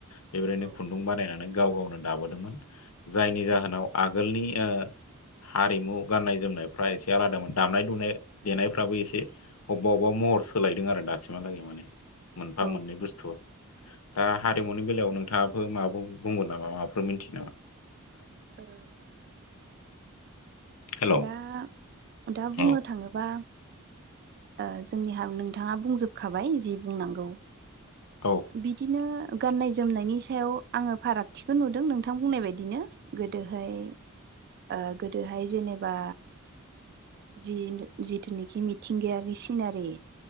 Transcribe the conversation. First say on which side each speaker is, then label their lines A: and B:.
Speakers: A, on the left (about 75°); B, on the right (about 45°).
A: बेबायदिनो
B: औ
A: खुन्दुं बानायनानै गाव गावनो दाबोदोंमोन जायनि जाहोनाव
B: औ
A: आगोलनि ओ हारिमु गाननाय जोमनायफ्रा एसे आलादामोन दामनाय दुनाय देनायफ्राबो एसे अबावबा अबावबा म हर सोलायदों आरो दासिमहालागै माने मोनफा
B: ओ
A: मोननै बुस्थुआ दा हारिमुनि बेलायाव नोंथाङाबो माबाफोर बुंगोन नामा माबाफोर मिथियो नामा?
B: ओ
A: हेल' औ
B: दा दा
A: औ
B: बुंनो थाङोबा ओ जोंनि हार नोंथाङा बुंजोबखाबाय जि बुंनांगौ।
A: औ
B: बिदिनो गाननाय जोमनायनि सायाव आङो फारागथिखौ नुदों नोंथां बुंनाय बायदिनो गोदोहाय ओ गोदोहाय जेनेबा जि जिथुनोखि मिथि मिथिंगायारि सिनारि